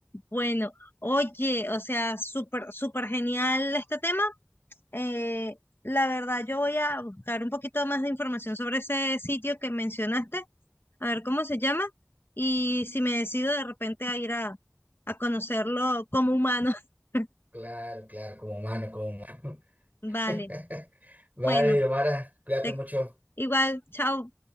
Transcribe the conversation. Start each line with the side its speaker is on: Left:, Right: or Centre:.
Left: Bueno, oye, o sea, súper, súper genial este tema. Eh, la verdad, yo voy a buscar un poquito más de información sobre ese sitio que mencionaste a ver cómo se llama y si me decido de repente a ir a, a conocerlo como humano. <laughs>
Right: claro, claro, como humano, como humano.
Left: Vale,
Right: <laughs> Vale,
Left: bueno,
Right: Yomara, cuídate
Left: te-
Right: mucho.
Left: igual, chao.